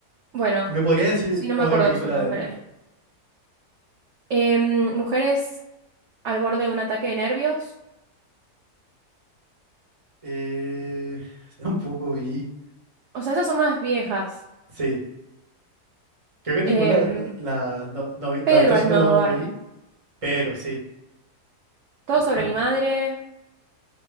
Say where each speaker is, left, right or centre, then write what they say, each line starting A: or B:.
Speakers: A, on the right; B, on the right.
A: bueno,
B: ¿Me podrías decir
A: sí, no me
B: otra
A: acuerdo
B: película
A: su nombre.
B: de él?
A: Em, mujeres al borde de un ataque de nervios.
B: Eh, <laughs> tampoco vi,
A: O sea, esas son más viejas.
B: sí, creo que ninguna,
A: Em,
B: la, la, no- no vi- la
A: Pedro
B: habitación
A: Almodóvar,
B: del lado no vi, pero sí,
A: Todo sobre
B: <laughs> pr-
A: mi madre,